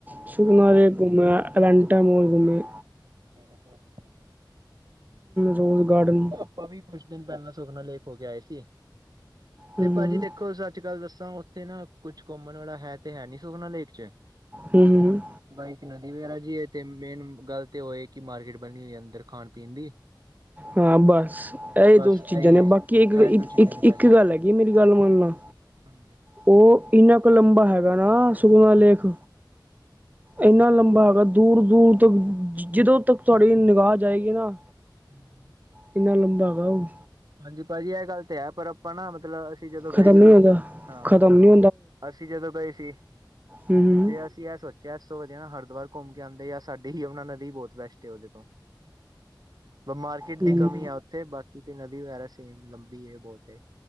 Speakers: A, on the right; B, on the right.
A: ਸ਼ਕਨਾ ਦੇ ਘੁੰਮਿਆ ਰੈਂਟ ਘੁੰਮੇ
B: ਚਲੋ ਬਹੁਤ ਵਧੀਆ
A: ਰੋਜ਼ ਗਾਰਡਨ
B: ਭਾਬੀ ਵੀ ਕੁੱਛ ਦਿਨ ਪਹਿਲਾਂ ਸੁਖਨਾ ਲੇਖ ਹੋ ਕੇ ਆਏ ਸੀ
A: ਹੂੰ
B: ਤੇ
A: ਹੂੰ
B: ਭਾਜੀ ਦੇਖੋ ਸੱਚੀ ਗੱਲ ਦੱਸਾਂ ਉੱਥੇ ਨਾ ਕੁੱਛ ਘੁੰਮਣ ਵਾਲਾ ਹੈ ਤੇ ਹੈ ਨੀ ਸੁਖਨਾ ਲੇਕ ਚ
A: ਹੂੰ-ਹੂੰ,
B: ਬਾਈ ਇੱਕ ਨਦੀ ਵਗੈਰਾ ਜੀ ਹੈ, ਤੇ ਮੇਨ ਗੱਲ ਤੇ ਉਹ ਇਹ ਕਿ ਮਾਰਕੀਟ ਬਣੀ ਹੋਈ ਹੈ, ਅੰਦਰ ਖਾਣ ਪੀਣ ਦੀ।
A: ਹਾਂ ਬਸ ਇਹ
B: ਬਸ
A: ਦੋ
B: ਇਹੀ
A: ਚੀਜ਼ਾਂ ਨੇ
B: ਏ ਇਹ
A: ਬਾਕੀ ਇੱਕ-ਇੱਕ
B: ਦੋ ਚੀਜ਼ਾਂ ਨੇ ਭਾਜੀ।
A: ਗੱਲ ਹੈਗੀ, ਮੇਰੀ ਗੱਲ ਮੰਨਾ।
B: ਹਾਂਜੀ,
A: ਉਹ ਇੰਨਾ ਕੁ ਲੰਬਾ ਹੈਗਾ ਨਾ ਸੁੂਨਾ ਲੇਖ ਇੰਨਾ ਲੰਬਾ ਹੈਗਾ ਦੂਰ ਦੂਰ ਤੱਕ ਜਦੋਂ ਤੱਕ ਤੁਹਾਡੀ ਨਿਗਾਹ ਆਏਗੀ ਨਾ
B: <unintelligible>
A: ਕਿੰਨਾ ਲੰਬਾ ਹੈ ਉਹ
B: ਹਾਂਜੀ ਭਾਜੀ ਇਹ ਗੱਲ ਤੇ ਹੈ ਪਰ ਆਪਣਾ ਮਤਲਬ ਅਸੀਂ ਜਦੋਂ
A: ਖਤਮ
B: ਗਏ ਸੀ
A: ਨਹੀਂ ਹੁੰਦਾ
B: ਹਾਂ
A: ਖਤਮ ਨਹੀਂ
B: ਅਸੀਂ ਜਦੋਂ ਗਏ ਸੀ।
A: ਹੂ,,,
B: ਤੇ ਅਸੀਂ ਇਹ ਸੋਚਿਆ ਇਸ ਤੋਂ ਵਧੀਆ ਨਾ ਹਰਿਦੁਆਰ ਘੁੰਮ ਕੇ ਆਉਂਦੇ ਆ ਸਾਡੀ ਯਮੁਨਾ ਨਦੀ ਹੀ ਬਹੁਤ ਬੈਸਟ ਏ ਉਹਦੇ ਤੋਂ। ਮਾਰਕੀਟ
A: ਹੂੰ
B: ਦੀ ਕਮੀ ਆ ਉੱਥੇ ਬਾਕੀ ਤੇ ਨਦੀ ਵਗੈਰਾ ਸੇਮ ਲੰਬੀ ਬਹੁਤ ਤੇ